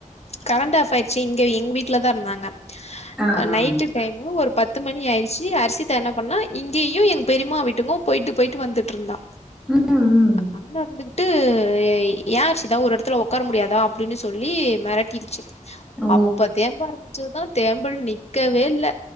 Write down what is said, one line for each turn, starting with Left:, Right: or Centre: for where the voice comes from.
Left: கரண்ட் ஆஃப் ஆயிட்ச்சி இங்க எங் வீட்ல தா இர்ந்தாங்க
Centre: ஆ,
Left: அ நைட்டு
Centre: ஆ.
Left: டைமு ஒரு பத் து மணி ஆயிர்ச்சி அர்ஷிதா‌ என்ன பண்ணா இங்கியு எங்க பெரியம்மா வீட்டுக்கு போய்ட்டு போய்ட்டு வந்துட்ருந்தா
Centre: ம். ம்.
Left: அண்ணா இருந்துகிட்டு ஏய் ஏ அர்ஷிதா ஒரு எடத்துல ஒக்கார முடியாதா அப்டினு சொல்லி மெரட்டிடுச்சு
Centre: ஓ!
Left: அப்ப தேம்ப ஆரம்பிச்சதுதா தேம்பல் நிக்கவே இல்ல